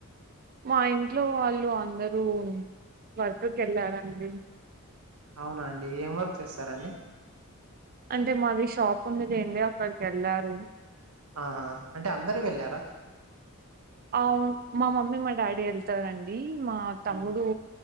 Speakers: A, on the right (about 40°); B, on the right (about 75°).
A: మా ఇంట్లో వాళ్ళు అందరూ వర్క్కి వెళ్ళారండి
B: అవున అండి ఏం వర్క్ చేస్తారండి
A: అంటే మాది షాప్ ఉన్నది <unintelligible> అక్కడికి వెళ్ళారు
B: ఆహా అంటే అందరూ వెళ్ళారా
A: అవు మా మమ్మీ మా డాడీ వెళ్తారండి మా తమ్ముడు
B: ఉమ్.